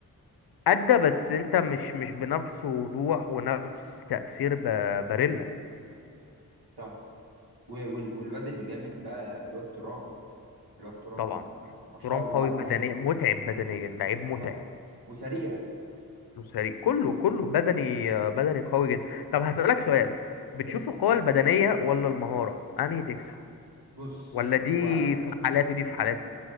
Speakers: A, on the left (about 75°); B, on the right (about 80°).
A: أدى بس أنت مش مش بنفس وضوح ونفس تأثير ب- باريلا
B: صح و- وال- والواد اللي جامد بقى الواد ترام الواد ترام
A: طبعا
B: آه، ما شاء
A: ترام
B: الله
A: قوي
B: عليه
A: بدنيا متعب بدنيا لعيب متعب
B: صح وسريع
A: وسريع كله كله بدني آه، بدني قوي جدا طب هسألك سؤال بتشوف
B: اسأل
A: القوة البدنية ولا المهارة أنهي تكسب
B: بص
A: ولا دي
B: هو
A: في حالات ودي في حالات